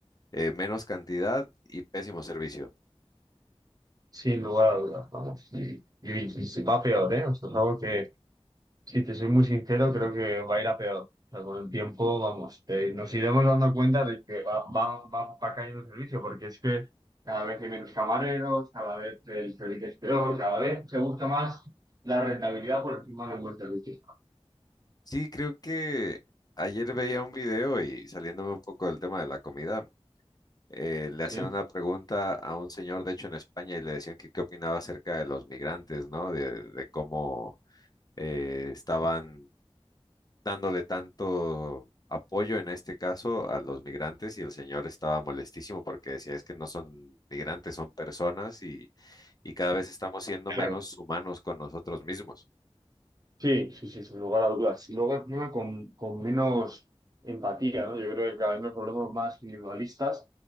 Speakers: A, on the left; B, on the right.
A: eh, menos cantidad y pésimo servicio.
B: sin lugar a dudas, vamos. Y, y- y va peor, ¿eh? O sea, es algo que, si te soy muy sincero, creo que va a ir a peor. O sea, con el tiempo, vamos, eh, nos iremos dando cuenta de que va, va, va, va cayendo el servicio porque es que cada vez hay menos camareros, cada vez el servicio es peor, cada vez se busca más la rentabilidad por encima de un buen servicio.
A: Sí, creo que ayer veía un video y saliéndome un poco del tema de la comida, eh, le
B: ¿Sí?
A: hacían una pregunta a un señor, de hecho en España, y le decían que qué opinaba acerca de los migrantes, ¿no? De, de cómo eh, estaban dándole tanto apoyo en este caso a los migrantes y el señor estaba molestísimo porque decía es que no son migrantes, son personas y, y cada vez estamos siendo
B: Claro.
A: menos humanos con nosotros mismos.
B: Sí, sí, sí, sin lugar a dudas. Y luego encima con, con menos empatía, ¿no? Yo creo que cada vez nos volvemos más individualistas